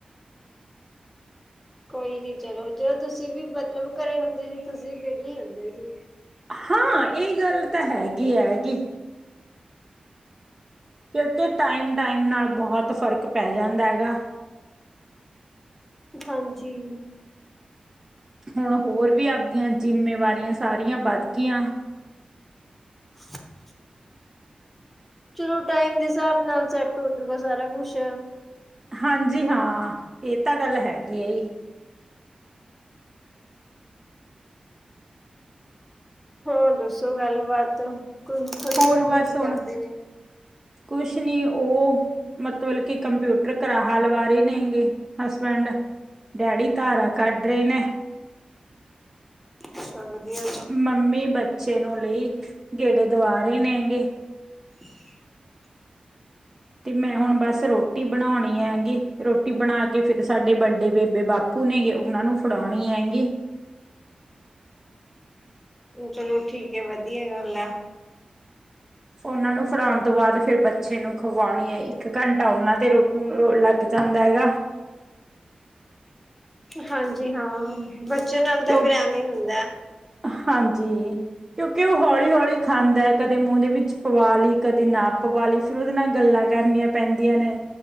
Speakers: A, in the centre; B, on the right (about 20°).
A: ਕੋਈ ਨੀ ਚਲੋ ਜੋ ਤੁਸੀਂ ਵੀ ਮਤਲਬ ਘਰੇ ਹੁੰਦੇ ਸੀ ਤੁਸੀਂ ਵਿਹਲੀ ਹੁੰਦੇ ਸੀ
B: ਹਾਂ ਇਹ ਗੱਲ ਤਾਂ ਹੈਗੀ ਐ ਗੀ ਕਿਉਂਕਿ ਟਾਈਮ-ਟਾਈਮ ਨਾਲ ਬਹੁਤ ਫ਼ਰਕ ਪੈ ਜਾਂਦਾ ਗਾ
A: ਹਾਂਜੀ,
B: ਹੁਣ ਹੋਰ ਵੀ ਆਪਗੀਆਂ ਜਿੰਮੇਵਾਰੀਆਂ ਸਾਰੀਆਂ ਵੱਧ ਗਈਆਂ।
A: <inaudible> ਚਲੋ ਟਾਈਮ ਦੇ ਹਿਸਾਬ ਨਾਲ ਸੈਟ ਹੋਜੂਗਾ ਸਾਰਾ ਕੁਛ
B: ਹਾਂਜੀ ਹਾਂ ਇਹ ਤਾਂ ਗੱਲ ਹੈਗੀ ਆ ਜੀ।
A: ਹਾਂ, ਹੋਰ ਦੱਸੋ ਗੱਲ ਬਾਾਤ ਤੁਹਾਡੇ
B: ਹੋਰ
A: ਘਰ
B: ਬਸ
A: ਦੇ ਕੀ
B: ਹੁਣ
A: ਕਰਦੇ ਨੇ।
B: ਕੁਛ ਨੀ ਓ, ਮਤਲਬ ਕਿ ਕੰਪਿਊਟਰ ਕਰਰਾ ਹ ਲਵਾ ਰਏ ਨੇਗੇ ਹਸਬੈਂਡ ਡੈਡੀ ਧਾਰਾ ਕੱਢ ਰਏ ਨੇ।
A: ਅੱਛਾ ਵਦੀਆ
B: ਮੰਮੀ ਬੱਚੇ ਨੂੰ ਲਈ ਗੇੜੇ ਦਵਾ ਰਹੇ ਨੇਗੇ।
A: <inaudible>
B: ਤੇ ਮੈਂ ਹੁਣ ਬਸ ਰੋਟੀ ਬਣਾਉਣੀ ਐਂਗੀ, ਰੋਟੀ ਬਣਾ ਕੇ ਫਿਰ ਸਾਡੇ ਵੱਡੇ ਬੇਬੇ ਬਾਪੂ ਨੇ ਜੇ ਉਨਾ ਨੂੰ ਫੜਾਉਣੀ ਹੈਂਗੀ।
A: ਚਲੋ ਠੀਕ ਐ ਵਧੀਆ ਗੱਲ ਐ।
B: ਉਹਨਾਂ ਨੂੰ ਫੜਾਉਣ ਤੋਂ ਬਾਦ ਫਿਰ ਬੱਚੇ ਨੂੰ ਖਵਾਉਣੀ ਐ ਇੱਕ ਘੰਟਾ ਓਨਾਂ ਤੇ ਰੋ <unintelligible> ਲੱਗ ਜਾਂਦਾ ਹੈਗਾ।
A: ਹਾਂਜੀ ਹਾਂ ਬੱਚੇ ਨਾਲ ਤਾਂ
B: ਕਿਉਂ
A: ਫੇਰ ਐਵੇਂ ਈ ਹੁੰਦਾ ਐ।
B: ਹਾਂਜੀ, ਕਿਉਂਕਿ ਉਹ ਹੌਲੀ ਹੌਲੀ ਖਾਂਦਾ ਐ ਕਦੇ ਮੂੰ ਦੇ ਵਿੱਚ ਪਵਾ ਲਈ ਕਦੇ ਨਾ ਪਵਾਲ ਲਈ ਫਿਰ ਓਦੇ ਨਾਲ ਗੱਲਾਂ ਕਰਨੀਆਂ ਪੈਂਦੀਆਂ ਨੇ।